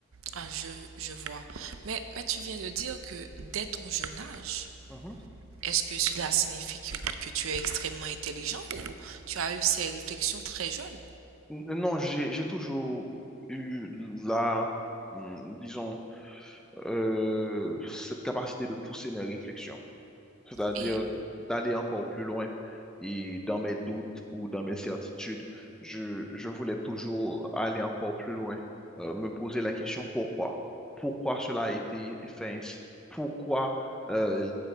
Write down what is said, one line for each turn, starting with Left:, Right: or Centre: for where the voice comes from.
Right: Ah, je, je vois. Mais, mais tu viens de dire que dès ton jeune âge,
Centre: Mhm.
Right: est-ce que cela signifie que, que tu es extrêmement intelligent ou tu as eu ces réflexions très jeune?
Centre: N- Non, j'ai, j'ai toujours eu la, hum, disons, euh, cette capacité de pousser mes réflexions. c'est-à-dire
Right: Et,
Centre: d'aller encore plus loin. Et dans mes doutes ou dans mes certitudes, je, je voulais toujours aller encore plus loin, Euh, me poser la question pourquoi? Pourquoi cela a été fait ainsi? Pourquoi euh,